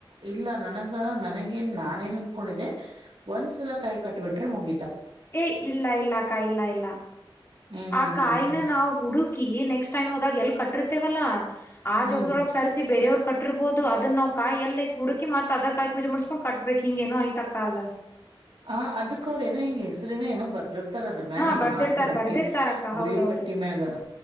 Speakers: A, on the right (about 70°); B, on the left (about 30°).
A: ಇಲ್ಲ ನ ನನಗ ನನಗ ನಾನ ಏನ್ ಅನ್ಕೊಂಡಿದ್ದೆ ಒಂದ್ ಸಲ ಕಾಯಿ ಕಟ್ಟಬಿಟ್ರೆ ಮುಗ
B: ಏ ಇಲ್ಲ ಇಲ್ಲ ಕಾಯ ಇಲ್ಲ ಇಲ್ಲ
A: ಹ್ಮ್ ಹ್ಮ್
B: ಆ ಕಾಯಿನ
A: ಹ್ಮ್ ಹ್ಮ್
B: ನಾವು ಹುಡು ರುಕಿ ನೆಕ್ಸ್ಟ್ ಟೈಮ್ ಹೋದಾಗ ಎಲ್ ಕಟ್ಟಿರ್ತೇವಲ್ಲಾ ಆ
A: ಹ್ಮ್
B: ಜಗದೊಳಗ್ ಸರಿಸಿ ಬರೆಯವ್ರರು ಕಟ್ಟಿರ್ಬೋದು ಅದನ್ನ ನಾ ಕಾಯಿ ಎಲ್ಲ ಐತ್ ಹುಡುಕಿ ಮತ್ದ ಕಾಯಿ ಪೂಜೆ ಮಾಡ್ಸ್ಕೊಂಡ್ ಕಟ್ಬಬೇಕಕ್ ಹಿಂಗೇನೋ ಯ್ತಕ್ಕದ
A: ಹ ಅದ್ಕ್ ಅವ್ರೇನೋ ಹಿಂಗ ಹೆಸ್ರೇನ ಏೋ ಬರ್ದರ್ ಹತರ ಅದ್ರ ಮ್ಯಾಗ
B: ಹಾ
A: ಹಿಂಗ
B: ಬರ್ದಿರ್ತಾರ
A: ಮಾರ್ಕ್ ಬಟ್ಟಿ
B: ಬರ್ದಿರ್ತಾರಕ್ಕ ಹೌದೌದು
A: ಬಿಳಿ ಬಟ್ಟೆ ಮ್ಯಾಗ